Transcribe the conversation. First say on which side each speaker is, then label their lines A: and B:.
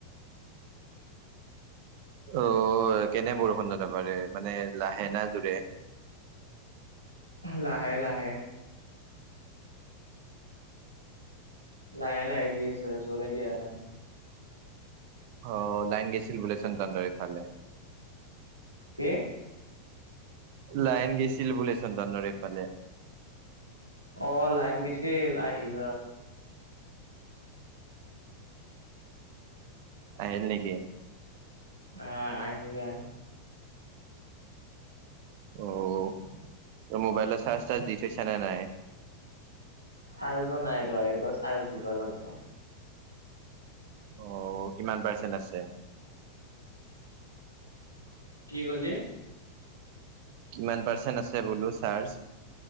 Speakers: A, on the right; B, on the right.
A: অ', কেনে বৰষুণ জ ন পাৰে মানে লাহে না জোৰে?
B: লাহে লাহে। লাহে লাহে দি আছে, জোৰে দিয়া নাই।
A: অ', লাইন গেছিল বুলেচোন তহতৰ এইফালে।
B: কে?
A: লাইন গেছিল বুলেচোন তহতৰ এইফালে।
B: অ', লাইন গেছিল আহিল।
A: আহিল নেকি?
B: আ, আহিলে ইয়াত।
A: অ', ত মোবাইল চাৰ্জ চাৰ্জ দি থৈছা নে নাই?
B: চাৰ্জো নাই ৰ, এইবাৰ চাৰ্জ দিব লাগিব।
A: অ', কিমান পাৰ্চেণ্ট আছে?
B: কি কলি?
A: কিমান পাৰ্চেণ্ট আছে বোলো চাৰ্জ?